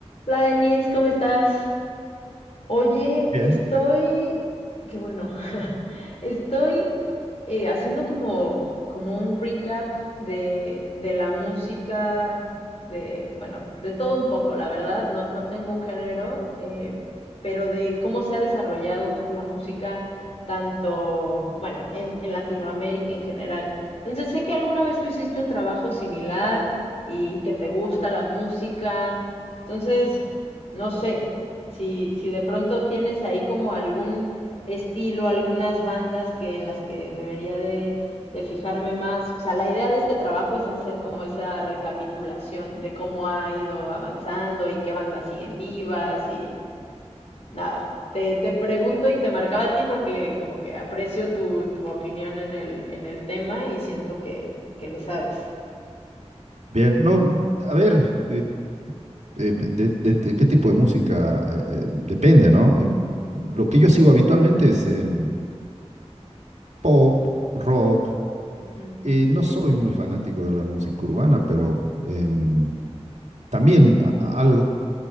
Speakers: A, on the left; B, on the right.
A: Hola Denis, ¿cómo estás? Oye,
B: Bien.
A: estoy, qué bueno, <laughs> estoy eh, haciendo como, como un recap de, de la música, de, bueno, de todo un poco, la verdad, no, no tengo un género, eh, pero de cómo se ha desarrollado un poco la música, tanto, bueno, en, en Latinoamérica en general. Entonces, sé que alguna vez tú hiciste un trabajo similar y que te gusta la música, entonces, no sé. Si, si de pronto tienes ahí como algún estilo, algunas bandas que en las que debería de, de fijarme más. O sea, la idea de este trabajo es hacer como esa recapitulación de cómo ha ido avanzando y qué bandas siguen vivas y nada. Te, te pregunto y te marcaba a ti porque como que aprecio tu, tu opinión en el, en el tema y siento que, que le sabes.
B: Bien, no, a ver, eh, eh, de, de- de qué tipo de música eh, eh, depende, ¿no? Em, Lo que yo sigo habitualmente es em, pop, rock.
A: Ujú,
B: Eh, no soy muy fanático de la música urbana, pero em, también a- a- algo.